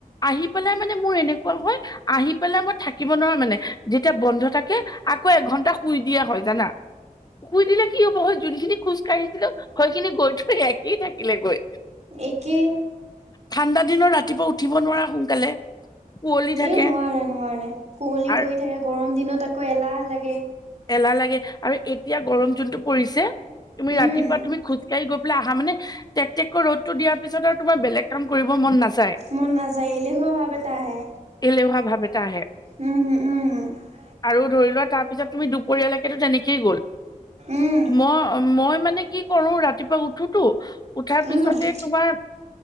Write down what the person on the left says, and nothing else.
আহি পেলাই মানে মোৰ এনেকুৱা হয় আহি। পেলাই মই থাকিব নোৱাৰো মানে যেতিয়া বন্ধ থাকে আকৌ এঘন্টা শুই দিয়া হয় জানা। শুই দিলে কি হব হয় যোনখিনি খোজকাঢ়ি। হেল্লো গৈ কিনি কৈ থৈ আহি থাকিলে গৈ।
ঠাণ্ডা দিনৰ ৰাতিপুৱা উঠিব নোৱাৰা সোনকালে? কুঁৱলী
থাকে
আৰু
এলাহ লাগে আৰু এতিয়া গৰম জোনটো পৰিছে তুমি
ৰাতিপুৱা তুমি খোজকাঢ়িব আহা মানে টেকটেকৈ ৰ'তটো দিয়াৰ পিছত আৰু তোমাৰ বেলে কাম কৰিব মন নাযায়
এলেহাৱা ভ আহে
আৰু ধৰি লোৱা তাৰপিছত তুমি দু পৰিয়ালকেতো তেনেকেই গ'ল
মই - মই মানে কি কৰো ৰাতিপুৱা উঠোতো - উঠাৰ পিছতে
তোমাৰ